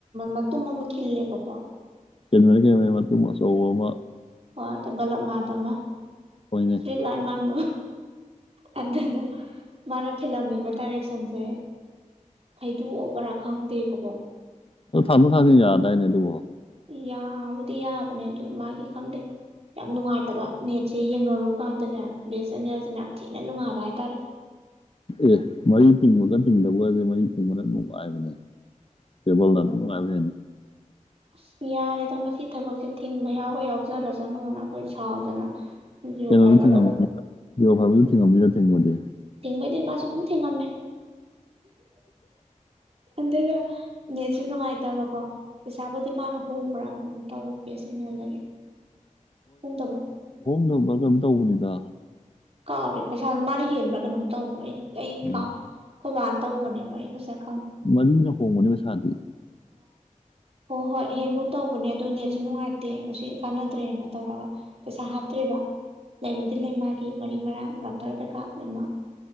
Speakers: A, on the right; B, on the left.
A: ꯃꯇꯨꯝ ꯑꯃ ꯈꯤꯜꯂꯦꯕꯀꯣ
B: ꯆꯦꯟꯅꯔꯦ ꯃꯇꯨꯡ ꯑꯆꯧꯕ ꯑꯃ
A: ꯍꯣꯏ ꯕꯂꯣ ꯃꯔꯕ ꯃꯥ
B: ꯑꯣꯏꯅꯩ
A: ꯁꯔꯤꯠ ꯂꯥꯏꯠ ꯃꯥꯔꯕ ꯑꯗꯨꯗꯗ ꯃꯥꯅ ꯈꯤꯜꯂꯝꯃꯤꯕ ꯗꯥꯏꯔꯦꯛꯁꯟꯁꯦ ꯐꯩꯗꯣꯛꯑꯣꯕꯔꯥ ꯈꯪꯗꯦꯕꯀꯣ
B: ꯊꯥꯟꯗꯣ ꯊꯥꯅꯤꯡꯅꯤ ꯑꯗꯥꯏꯅꯦꯗꯣ
A: ꯌꯥ ꯗꯤ ꯌꯥꯕꯅꯦ ꯑꯗꯨ ꯃꯥꯒꯤ ꯈꯪꯗꯦ ꯌꯥꯝ ꯅꯨꯡꯉꯥꯏꯇꯕ ꯅꯦꯠꯁꯦ ꯌꯦꯡꯅꯔꯨ ꯀꯥꯟꯗꯅꯦ ꯕꯦꯁ ꯆꯦꯅꯦꯦꯜꯁꯤꯅ ꯌꯥꯝ ꯊꯤꯅ ꯅꯨꯡꯉꯥꯏꯕ ꯍꯥꯏꯇꯥꯔꯦ
B: ꯑꯦ ꯃꯔꯤ ꯇꯤꯡꯕꯒ ꯇꯤꯡꯗꯕꯒꯁꯦ ꯃꯔꯤ ꯇꯤꯡꯕꯅ ꯅꯨꯡꯉꯥꯏꯕꯅꯦ ꯄꯕꯣꯗꯅꯤ
A: ꯑꯁ ꯌꯥꯔꯦꯗ ꯃꯁꯤ ꯊꯕꯛꯁꯦ ꯊꯤꯡꯕ ꯌꯥꯎꯋ ꯌꯥꯎꯖꯔꯁꯅꯨꯅ ꯑꯩꯈꯣꯏ ꯁꯥꯎꯗꯅ ꯖꯤꯑꯣ
B: ꯀꯩꯅꯣꯗ
A: ꯐꯥꯏꯕꯔꯗꯣ
B: ꯊꯤꯡꯉꯝꯅꯤꯗ ꯖꯤꯔꯣ ꯐꯥꯏꯚꯁꯨ ꯊꯤꯡꯉꯝꯅꯤꯗ ꯊꯤꯡꯕꯗꯤ
A: ꯊꯦꯡꯕꯩꯗꯤ ꯃꯥꯁꯨ ꯑꯗꯨꯝ ꯊꯦꯡꯉꯝꯃꯦ ꯑꯗꯨꯒ ꯅꯦꯠꯁꯨ ꯅꯨꯡꯉꯥꯏꯇꯕꯀꯣ ꯄꯩꯁꯥꯕꯨꯗꯤ ꯃꯥꯅꯣ ꯍꯣꯡꯕ꯭ꯔꯥ ꯀꯩꯅꯣꯝ ꯇꯧꯋꯦ ꯕꯤ ꯑꯦꯁ ꯑꯦꯟ ꯑꯦꯜꯗꯒꯤ ꯍꯣꯡꯗꯕ꯭ꯔꯥ
B: ꯈ ꯦꯜ ꯀꯝ ꯇꯧꯕꯅꯤꯗ
A: ꯀꯥꯎꯔꯦ ꯄꯩꯁꯥꯗꯣ ꯃꯥꯅ ꯍꯦꯟꯕ꯭ꯔꯥ ꯀꯩꯅꯣꯝ ꯇꯧꯕ꯭ꯔ ꯑꯩ ꯑꯩ
B: ꯎꯝ
A: ꯀꯥꯎ ꯈꯨꯕ ꯋꯥꯥꯟ ꯇꯧꯕꯅꯦꯕ ꯑꯩꯒꯖꯠ
B: ꯃꯅꯤꯅ ꯍꯣꯡꯕꯅꯦ ꯃꯩꯁꯥꯗꯤ
A: ꯍꯣ ꯍꯣꯏ ꯍꯦꯟꯒꯨꯝ ꯇꯧꯕꯅꯦ ꯑꯗꯨꯣ ꯅꯦꯠꯁꯨ ꯉꯥꯏꯇꯦ ꯠꯇꯦ ꯃꯁꯤ ꯀꯥꯟꯅꯗ꯭ꯔꯦꯅ ꯇꯧꯔꯒ ꯄꯩꯁꯥ ꯍꯥꯞꯇ꯭ꯦꯔꯤꯕ ꯂꯩꯕꯨꯗꯤ ꯂꯩ ꯃꯥꯒꯤ ꯋꯥꯔꯤ ꯃꯔꯥꯡ ꯂꯥꯛꯇꯔ ꯀꯀꯥ ꯃꯃꯥ